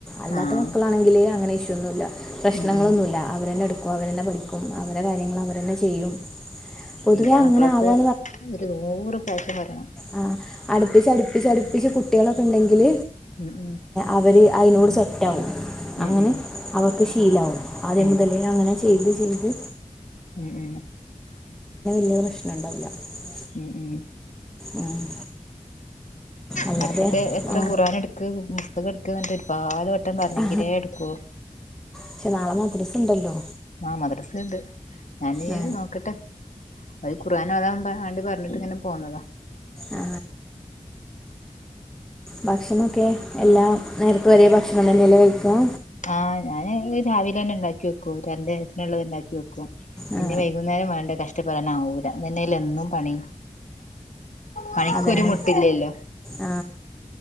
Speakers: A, in the centre; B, on the left (about 75°).
A: അല്ലാത്ത
B: ആഹ്
A: മക്കളാണെങ്കില്ിൽ അങ്ങനെ ന്ന പ്രശ്നങ്ങളൊന്നുമില്ല
B: ഉം ഉം
A: അവന്നെ എടുക്കോ അവരെന്നെ പഠിക്കും അവരെ കാര്യങ്ങ അവര്ന്നെ ചെയ്യും പൊതുവെ
B: എൻ്റെ മക്കളൊക്കെ
A: അങ്ങനെ ആവുക
B: ഒരു നൂറ് പ്രാവശ്യം വരണം
A: ആഹ് അടുപ്പിച്ചടുപ്പിച്ചടുപ്പി പക്ഷെ കുട്ടികളൊക്കെ ഉണ്ടെങ്കിൽ
B: ഉം ഉം
A: അവർ അതിനോട് സെറ്റ ആകും
B: ഉം
A: അങ്ങനെ
B: ഉം
A: അവർക്ക് ശീലവും അതേ
B: ഉം
A: മുതലേ അങ്ങനെ ചെയ്ത് ചെയ്ത്
B: ഉം ഉം
A: വ പ്രശ്നം ഉണ്ടാവില്ല <unintelligible>
B: ഉം ഉം
A: ഉം. അല്ലാതെ
B: ഇവിടത്തൊക്കെ എത്ര
A: ആ,
B: കുറാന എടുക്ക് പ എടുക്ക എന്നിട്ട് ഒരുപാട് വട്ടം പറഞ്ഞെങ്കിലേ
A: ആ,
B: എടുക്കുവോ
A: പക്ഷെ നാളെ മദ്രസ ഉണ്ടല്ലോ
B: ആഹ മദ്രസുണ്ട് ഞാന
A: ആ,
B: നോക്കട്ടെ ഒരു ഖുാൻാതാകുമാണ്ട പറഞ്ഞിട്ട് ഇങ്ങനെ പോകന്നതാ
A: ആ, ഭക്ഷണൊക്കെ എല്ലാ നേരത്ത വരെ ഭക്ഷണം തന്നെയല്ല കഴിക്കുക
B: ആഹ് ഞാാന് ചാവിൽ തന്നെ ഉണ്ടാക്കി വെക്കുംന്റെത്തിനുള്ളത് ഉണ്ടാക്കി വെക്കും പിന്നെ
A: ആ,
B: വൈകുന്നേരം വേണ്ട കഷ്ടപ്പെടാന ആാവൂില്ല എന്നന്നെല എന്നും പണി മണിക്കൂര്
A: അതന്നെ
B: മുട്ടില്ലല്ലോ
A: ആ